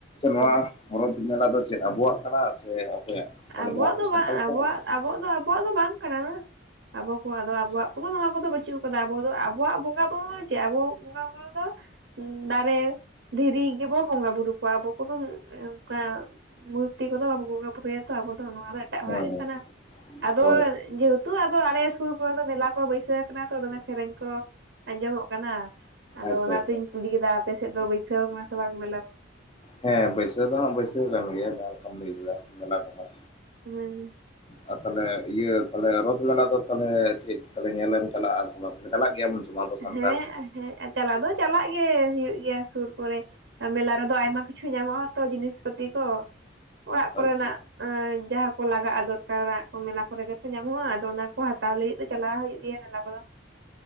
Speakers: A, on the left; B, on the right.
A: ᱱᱚᱣᱟ
B: ᱦᱮᱸ
A: ᱨᱚᱛᱷ ᱢᱮᱞᱟ ᱫᱚ ᱪᱮᱫ ᱟᱵᱚᱣᱟᱜ ᱠᱟᱱᱟ ᱥᱮ ᱚᱠᱚᱭᱟᱜ ᱢᱟᱱᱮ
B: ᱟᱵᱚᱣᱟᱜ
A: ᱡᱟᱦᱟᱸ ᱟᱯᱮ
B: ᱫᱚ
A: ᱥᱟᱱᱛᱟᱲ
B: ᱵᱟᱝ ᱟᱵᱚᱣᱟᱜ
A: ᱠᱚᱣᱟᱜ
B: ᱫᱚ ᱟᱵᱚᱣᱟᱜ ᱫᱚ ᱵᱟᱝ ᱠᱟᱱᱟ ᱵᱟᱝ ᱟᱵᱚ ᱠᱚ ᱟᱫᱚ ᱟᱵᱚᱣᱟᱜ ᱠᱚᱫᱚ ᱱᱚᱣᱟ ᱠᱚᱫᱚ ᱵᱟᱹᱪᱩᱜ ᱟᱠᱟᱫᱟ ᱟᱵᱚ ᱫᱚ ᱟᱵᱚᱣᱟᱜ ᱵᱚᱸᱜᱟ ᱵᱩᱨᱩ ᱫᱚ ᱪᱮᱫ ᱟᱵᱚᱣᱟᱜ ᱵᱚᱸᱜᱟ ᱵᱩᱨᱩ ᱫᱚ ᱫᱟᱨᱮ ᱫᱷᱤᱨᱤ ᱜᱮᱵᱚ ᱵᱚᱸᱜᱟ ᱵᱩᱨᱩ ᱠᱚᱣᱟ ᱟᱵᱚ ᱠᱚᱫᱚ ᱚᱱᱠᱟ ᱢᱩᱨᱛᱤ ᱠᱚᱫᱚ ᱵᱟᱵᱚ ᱵᱚᱸᱜᱟ ᱵᱩᱨᱩᱭᱟ ᱛᱚ ᱟᱵᱚ ᱫᱚ ᱱᱚᱣᱟ ᱫᱚ ᱮᱴᱟᱜ
A: ᱦᱮᱸ
B: ᱦᱚᱲᱟᱜ ᱜᱮ
A: ᱦᱮᱸ
B: ᱠᱟᱱᱟ ᱟᱫᱚ
A: ᱦᱳᱭ
B: ᱡᱮᱦᱮᱛᱩ ᱟᱞᱮ ᱥᱩᱨ ᱠᱚᱨᱮ ᱫᱚ ᱢᱮᱞᱟ ᱠᱚ ᱵᱟᱹᱭᱥᱟᱹᱣ ᱠᱟᱱᱟ ᱛᱚ ᱫᱚᱢᱮ ᱥᱮᱨᱮᱧ ᱠᱚ ᱟᱧᱡᱚᱢᱚᱜ ᱠᱟᱱᱟ ᱟᱫᱚ
A: ᱟᱪᱪᱷᱟ
B: ᱚᱱᱟᱛᱤᱧ
A: ᱟᱪᱪᱷᱟ
B: ᱠᱩᱞᱤ ᱠᱮᱫᱟ ᱟᱯᱮᱥᱮᱫ ᱫᱚ ᱵᱟᱹᱭᱥᱟᱹᱣ ᱠᱟᱱᱟᱥᱮ ᱵᱟᱝ ᱢᱮᱞᱟ
A: ᱦᱮᱸ ᱵᱟᱹᱭᱥᱟᱹᱣ ᱫᱚ ᱦᱟᱸᱜ ᱵᱟᱹᱭᱥᱟᱹᱣ ᱠᱟᱱ ᱜᱮᱭᱟ ᱡᱟᱦᱟᱸ ᱞᱮᱠᱟᱢ ᱞᱟᱹᱭ ᱠᱮᱫᱟ ᱢᱮᱞᱟ ᱫᱚ ᱦᱟᱸ ᱚᱱᱟ ᱠᱚᱦᱚᱸ
B: ᱦᱮᱸ
A: ᱟᱨ ᱛᱟᱦᱚᱞᱮ ᱤᱭᱟᱹ ᱛᱟᱦᱞᱮ ᱨᱳᱛᱷ ᱢᱮᱞᱟ ᱫᱚ ᱛᱟᱦᱚᱞᱮ ᱪᱮ ᱧᱮᱞᱮᱢ ᱪᱟᱞᱟᱜ-ᱟ ᱥᱮ ᱵᱟᱝ ᱪᱟᱞᱟᱜ ᱜᱮᱭᱟ ᱵᱚ ᱥᱮᱵᱟᱝ ᱟᱵᱚ ᱥᱟᱱᱛᱟᱲ
B: ᱦᱮᱸ ᱦᱮᱸ ᱪᱟᱞᱟᱜ ᱫᱚ ᱪᱟᱞᱟᱜ ᱜᱮ ᱦᱩᱭᱩᱜ ᱜᱮᱭᱟ ᱥᱩᱨ ᱠᱚᱨᱮ ᱢᱮᱞᱟ ᱨᱮᱫᱚ ᱟᱭᱢᱟ ᱠᱤᱪᱷᱩ ᱧᱟᱢᱚᱜ ᱟᱛᱚ ᱡᱤᱱᱤᱥ ᱯᱟᱹᱛᱤ ᱠᱚ ᱚᱲᱟᱜ ᱠᱚᱨᱮᱱᱟᱜ
A: ᱟᱪᱪᱷᱟ
B: ᱡᱟᱦᱟᱸ ᱠᱚ ᱞᱟᱜᱟᱜ-ᱟ ᱫᱚᱨᱠᱟᱨᱟᱜ ᱠᱚ ᱢᱮᱞᱟ ᱠᱚᱨᱮ ᱜᱮᱛᱚ ᱧᱟᱢᱚᱜ-ᱟ ᱟᱫᱚ ᱚᱱᱟ ᱠᱚ ᱦᱟᱛᱟᱣ ᱞᱟᱹᱜᱤᱫ ᱛᱮ ᱪᱟᱞᱟᱣ ᱦᱩᱭᱩᱜ ᱜᱮᱭᱟ ᱢᱮᱞᱟ ᱠᱚᱫᱚ